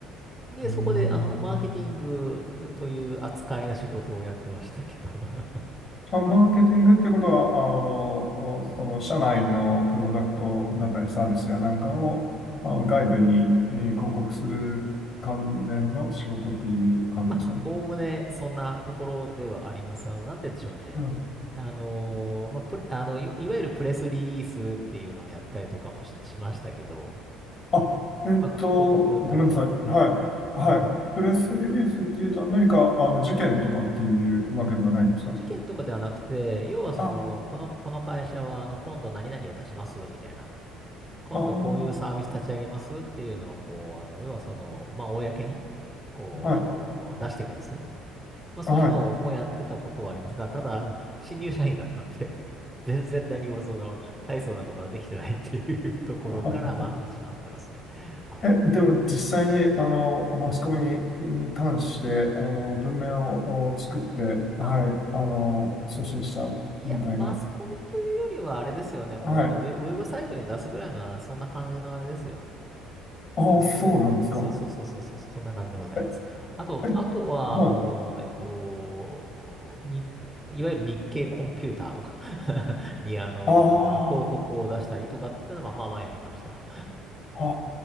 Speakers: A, in the centre; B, on the left.
A: で、
B: うーん。
A: そこで、あの、マーケティングという扱いの仕事をやってましたけど <laughs>
B: あ、マーケティングってことは、あの、
A: うん。
B: おその社内のプロダクトだったりサービスやなんかを、
A: うんうんうん。
B: あの外部に、えー広告する関連の仕事っていう感じですかね。
A: まあ、おおむねそんなところではあります。あの、なんて言うんでしょうね。
B: うん
A: あのーまあ、プレあの、い、いわゆるプレスリリースっていうのをやったりとかもし、しましたけど、
B: あ、えっと、
A: まあ、こ広告売ったりとか。
B: ごめんなさい。はい。はい。
A: うん。
B: プレスリリースっていうと、何か、あの、事件とかっていうわけではないんですか
A: 事件とかではなくて、要はその、
B: ああ、
A: この、この会社は、あの、今度何々を出します、みたいな。今度こういうサービス立ち上げますっていうのを、
B: ああ、
A: こう、あの、要はその、まあ、公に、こう、
B: はい。
A: あの、出していくんですね。まあ、そういうのもやってたことはありますが、
B: はい。
A: ただ、あの新入社員だったんで <laughs> 全然何もその、大層なことはできてないっていう <laughs> ところから、
B: <laughs>
A: まあ、始まってますね。はい。
B: え、でも実際に、あの、マスコミに関して、あの、文面をお作って、はい、
A: あ、
B: あの、送信したみたいな。
A: いや、マスコミというよりは、あれですよね。もう、
B: はい。
A: あの、ウェ、ウェブサイトに出すぐらいのそんな感じのあれですよ。
B: ああ、
A: あの、
B: そうなんですか。
A: ウェブ、そうそうそうそうそう、そんな感じでございます。
B: え、
A: あと、
B: え、
A: あとは、
B: はい。
A: あの、えっと、に、いわゆる日経コンピューターとか <laughs> に、あの、
B: ああ、
A: 広告を出したりとかってのは、まあまあやりました。
B: あ